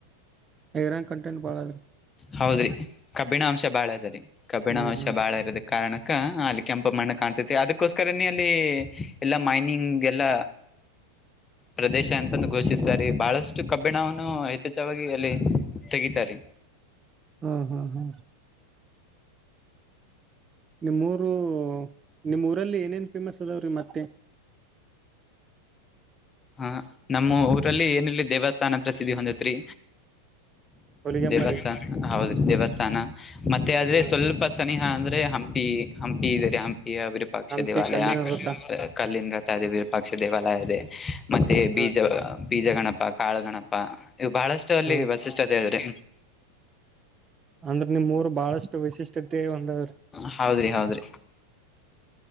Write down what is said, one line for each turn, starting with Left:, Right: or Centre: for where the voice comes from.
Right: ಐರನ್ ಕಂಟೆಂಟ್ ಬಾಳ ಅದ.
Left: ಹೌದ್ರಿ ಕಬ್ಬಿಣ ಅಂಶ ಬಾಳ ಇದರಿ ಕಬ್ಬಿಣ
Right: ಹ್ಮ್
Left: ಅಂಶ
Right: ಹ್ಮ್
Left: ಬಾಳ ಇರದಕ್ಕ. ಕಾರಣಕ್ಕ ಅಲ್ಲಿ ಕೆಂಪ ಮಣ್ಣ ಕಾಣ್ಸತಿ ಅದಕ್ಕೋಸ್ಕರನೇ ಅಲ್ಲಿ. ಎಲ್ಲ ಮೈನಿಂಗ್ ಎಲ್ಲ ಪ್ರದೇಶ ಅಂತಂದು ಘೋಷಿಸಾರೆ ಬಹಳಷ್ಟ. ಸ್ಟ ಕಬ್ಬಿಣವನ್ನು ಯಥೇಚ್ವಾಗಿ ಅಲ್ಲಿ ತೆಗಿತಾರೆ.
Right: ಹ್ಮ್ ಹ್ಮ್ ಹ್ಮ್. ನಿಮ್ಮೂರು ನಿಮ್ಮೂಊರಲ್ಲಿ ಏನೇನು ಫೇಮಸ್ ಅದಾವ ರೀ ಮತ್ತೆ.
Left: ಹಾ ನಮ್ಮ ಊರಲ್ಲಿ ಏನಿಲ್ಲಿ ದೇವಸ್ಥಾನ ಪ್ರಸಿದ್ಧಿ ಹೊಂದೇತ್ರಿ.
Right: ಹೊಲಿಗೆಮ್ಮರಿ
Left: ದೇವಸ್ಥಾನ ಹೌದ್ರೀ ದೇವಸ್ಥಾನ ಮತ್ತೆ ಆದ್ರೆ
Right: ಹಾ
Left: ಸ್ವಲ್ಪ.
Right: ರೀ
Left: ಸನಿಹಾ ಅಂದ್ರೆ ಹಂಪಿ ಹಂಪಿ ಇದೇರಿ ಹಂಪಿ ಅವರು. ವಿರುಪಾಕ್ಷ
Right: ಹಂಪಿ
Left: ದೇವಾಲಯ
Right: ಕಲ್ಲಿನ ರಥ
Left: ಕಲ್ಲಿನ ಗರ್ತಾ ಇದೆ ವಿರಪಾಕ್ಷ ದೇವಾಲಯ ಇದೆ. ಮತ್ತೆ ಬೀಜ
Right: ಹಾ
Left: ಬೀಜ ಗಣಪ ಕಾಳುಗಣಪ ಇವು ಬಹಳಷ್ಟು ಅಲ್ಲಿ
Right: ಹ್ಮ್
Left: ವಸಿ. ಷ್ಟತೇ ಅದೇರಿ.
Right: ಅಂದ್ರ ನಿಮ್ಮೂರು ಬಹಳಷ್ಟು ವೈಶಿಷ್ಟತೆ ಹೊಂದದ್ರಿ.
Left: ಹ ಹೌದ್ರಿ ಹೌದ್ರಿ.